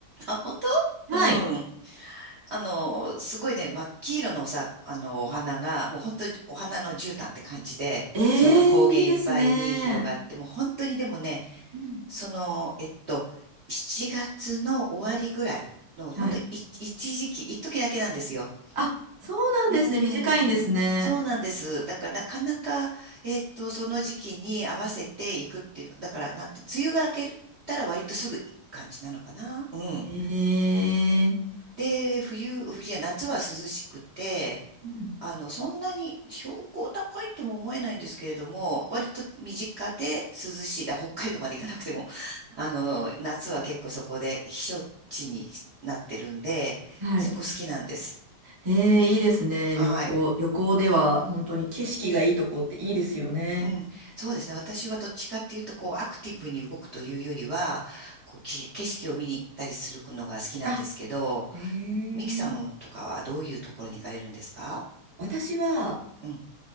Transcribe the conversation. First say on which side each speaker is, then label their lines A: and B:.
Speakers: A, on the right; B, on the right.
A: あ、本当うん。
B: はい。
A: あの、すごいね、真っ黄色のおさ、あの、お花が、もう本当にお花の絨毯って感じで、
B: ええー、
A: その高原いっぱいに広がって、
B: いいですね。
A: もう本当にでもね、
B: うん
A: その、えっと、7月の終わりぐらいの、本当い一時期、
B: はい。
A: 一時だけなんですよ。
B: あ、そうなんですね。
A: うーん。
B: 短いんですね。
A: そうなんです。だから、なかなか、えっと、その時期に合わせていくっていう、だから、なんて、梅雨が明けたら割とすぐ行く感じなのかなうん。
B: ええ
A: で、冬、冬じゃ、夏は涼しくて、
B: うん。
A: あの、そんなに標高高いとも思えないんですけれども、割と身近で涼しい。だ、北海道まで行かなくても、<laughs> あの、夏は結構そこで避暑地になってるんで、
B: はい。
A: そこ好きなんです。
B: えー、いいですね。
A: はい。
B: 旅行。旅行では本当に景色がいいとこっていいですよね。
A: うん。そうですね。私はどっちかっていうと、こう、アクティブに動くというよりは、こう、き景色を見に行ったりするのが好きなんですけど、
B: あ、えー、
A: ミキさんとかはどういうところに行かれるんですか
B: 私は、
A: うん